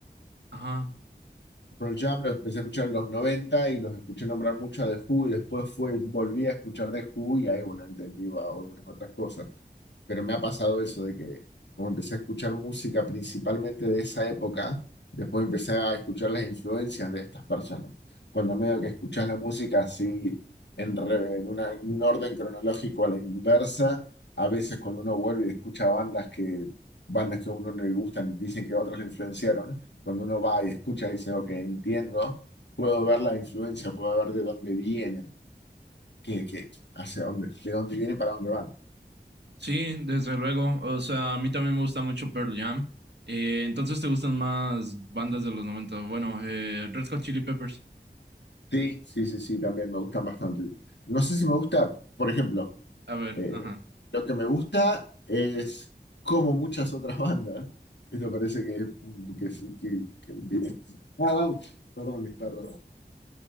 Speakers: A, on the right (about 75°); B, on the left (about 85°).
A: Ajá.
B: Pearl Jam lo empecé a escuchar en los 90 y los escuché nombrar mucho a The Who y después fue, volví a escuchar The Who y ahí, bueno, entendí wow, algunas otras cosas pero me ha pasado eso de que como empecé a escuchar música principalmente de esa época, después empecé a escuchar las influencias de estas personas. Cuando medio que escuchas la música así en, re- en una- en un orden cronológico a la inversa, a veces cuando uno vuelve y escucha bandas que bandas que a uno no le gustan y dicen que otros le influenciaron, cuando uno va y escucha y dice, ok, entiendo, puedo ver la influencia, puedo ver de dónde vienen, qué, qué, hacia dónde, de dónde vienen, para dónde van.
A: Sí, desde luego. O sea, a mí también me gusta mucho Pearl Jam. Eh, entonces, ¿te gustan más bandas de los 90? Bueno, eh, Red Hot Chili Peppers.
B: Sí, sí, sí, sí, también me gustan bastante. No sé si me gusta, por ejemplo,
A: A ver,
B: eh,
A: ajá,
B: lo que me gusta es como muchas otras <laughs> bandas. Esto parece que, que, sí, que- que- Ah, vamos. Perdón, mis perros.